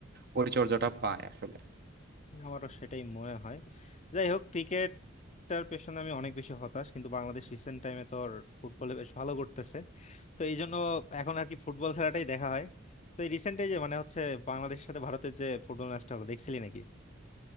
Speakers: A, on the right; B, on the left.
A: পরিচর্যাটা পায় আসলে
B: আমারও সেটাই মনে হয় যাই হোক ক্রিকেট টার পেছনে আমি অনেক বেশি হতাশ কিন্তু বাংলাদেশ রিসেন্ট টাইমে তো ওর ফুটবলে বেশ ভালো করতেছে তো এই জন্য এখন আর কি ফুটবল খেলাটাই দেখা হয় তো এই রিসেন্ট যে মানে হচ্ছে বাংলাদেশের সাথে ভারতের যে ফুটবল ম্যাচটা হলো দেখছিলি নাকি